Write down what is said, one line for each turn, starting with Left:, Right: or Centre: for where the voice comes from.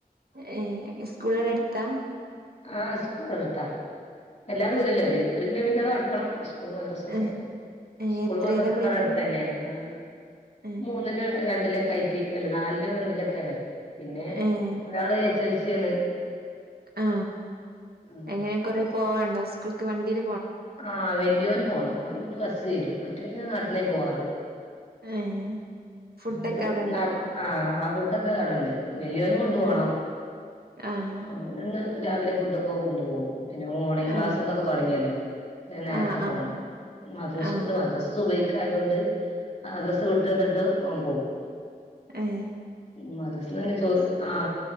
Right: നിങ്ങൾക് സ്കൂളെല്ലാം എടുത്താ
Left: ആ സ്കൂൾ അടുത്താ വല്ലാ ദൂരല്ലേ ഒരു കിലോമീറ്റർ നടക്കണം സ്കൂൾ മദ്രസയൊക്കെ
Right: ഏഹ് ഏഹ്
Left: സ്കൂൾ
Right: എത്രേലാ
Left: സ്കൂൾ മദ്രസക്കാള
Right: പഠിക്കണെ
Left: അടുത്ത് തന്നെയാണ് ആ
Right: ഏഹ്
Left: മൂന്നില് രണ്ടില അല്ല നാലിലും രണ്ടിലും ഒക്കെയാണ് പിന്നെ
Right: ഏഹ്
Left: ഒരാള് എസ് എൽ സി ആണ്
Right: ആ
Left: ഉം.
Right: എങ്ങനെ കൊറെ പോവാണ്ടോ സ്കൂൾക്ക് വണ്ടിൽ
Left: ആഹ വല്യ ന് പോണം ഓന് മുന്നേ ബസ്സ് വരും മറ്റവൻ നടന്ന പോവാറ്
Right: ഏഹ് ഫുഡൊക്കെ
Left: ആര്
Right: അവിടെ ഇണ്ടാവോ
Left: നട ആഹ ആ ഫുഡ്ക്കെ അവിടണ്ട് വലിയോനും കൊണ്ടു പോണം
Right: ഏഹ് ആഹ്
Left: അവിടുന്ന് രാവിലെ ഫുഡൊക്കെ കൊണ്ടു രാവിലെ ഫുഡ് ഒക്കെ കൊണ്ട് പോകും പിന്നെ മോർണിംഗ് ക്ലാസൊക്കെ
Right: ആഹ്
Left: തുടങ്ങിയല്ലോ നേരത്തെ
Right: ആഹ് ആഹ്
Left: പോകണം മദ്രസുണ്ട്
Right: ആഹ്
Left: മദ്രസ സുബഹിക്ക് ആയത് കൊണ്ട് മദ്രസ വിട്ടുന്നിട്ട് അവൻ പോകും
Right: ആഹ
Left: മദ്രസ ന്ന് തന്നെ ചോർ ആ